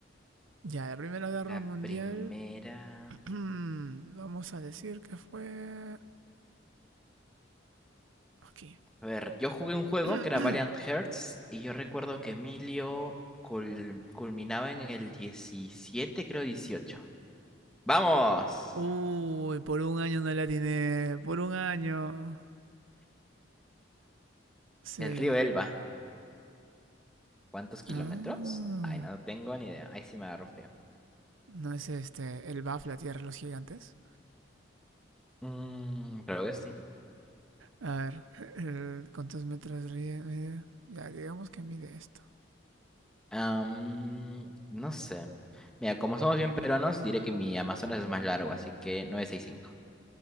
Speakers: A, on the right; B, in the centre.
A: Ya, la Primera Guerra
B: La
A: Mundial.
B: primera.
A: <clears throat> Vamos a decir que fue. Aquí.
B: A ver, yo jugué un juego
A: <clears throat>
B: que era Valiant Hearts y yo recuerdo que Emilio cul- culminaba en el 17 creo dieciocho ¡Vamos!
A: Uy, por un año no la tiene. Por un año. Sí.
B: El río Elba. ¿Cuántos kilómetros?
A: Ah.
B: Ay, no, no tengo ni idea. Ahí sí me agarro frío.
A: ¿No es este el BAF, la Tierra de los Gigantes?
B: Mm, creo que sí.
A: A ver, el- ¿cuántos metros ríe- mide? Ya, digamos que mide esto.
B: Am, no sé. Mira, como somos bien peruanos, diré que mi Amazonas es más largo, así que novecientos sesenta y cinco